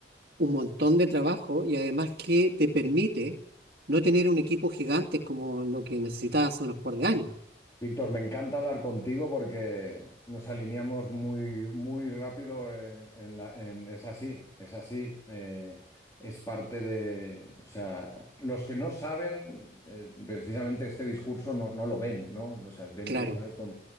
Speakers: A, on the right; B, on the left.
A: un montón de trabajo y además que te permite no tener un equipo gigante como lo que necesitabas hace unos par de años.
B: Víctor, me encanta hablar contigo porque nos alineamos muy, muy rápido en, en la, en- es así, es así. eh, es parte de, o sea, los que no saben, eh, precisamente este discurso no, no lo ven, ¿no? O sea, ven
A: Claro.
B: que ah, esto